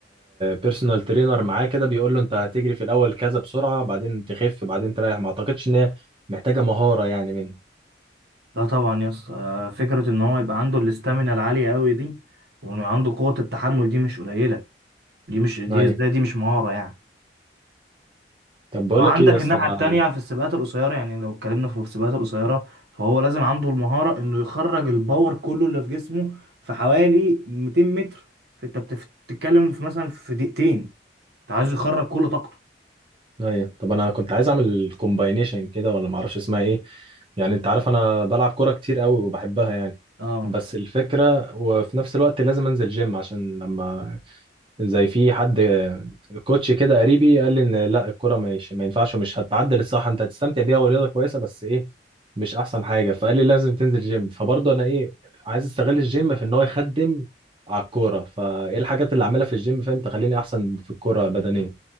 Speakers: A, on the right; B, on the right.
A: بيرسونال ترينر معاه كده بيقول له انت هتجري في الاول كذا بسرعه بعدين تخف بعدين تريح ما اعتقدش ان هي محتاجه مهاره يعني منه
B: لا طبعا يس آه، فكرة ان هو يبقى عنده الاستامينا العالية قوي دي وانه عنده قوة التحمل دي مش قليلة دي مش دي
A: ايوه
B: ازاي دي مش مهارة يعني
A: طب بقول
B: وعندك
A: لك ايه يا اسطى
B: الناحية
A: انا
B: التانية في السباقات القصيرة يعني لو اتكلمنا في السباقات القصيرة فهو لازم عنده المهارة انه يخرج الباور كله اللي في جسمه في حوالي 200 متر فانت بتف- بتتكلم في مثلا في دقيقتين انت عايز يخرج كل طاقته
A: ايوه طب انا كنت عايز اعمل كومباينيشن كده ولا ما اعرفش اسمها ايه يعني انت عارف انا بلعب كوره كتير قوي وبحبها يعني
B: اه
A: بس الفكره وفي نفس الوقت لازم انزل جيم عشان لما زي في حد كوتش كده قريبي قال لي ان لا الكوره مش ما ينفعش ومش هتعدل الصح انت هتستمتع بيها ورياضه كويسه بس ايه مش احسن حاجه فقال لي لازم تنزل جيم فبرضه انا ايه عايز استغل الجيم في ان هو يخدم على الكوره فايه الحاجات اللي اعملها في الجيم فاهم تخليني احسن في الكوره بدنيا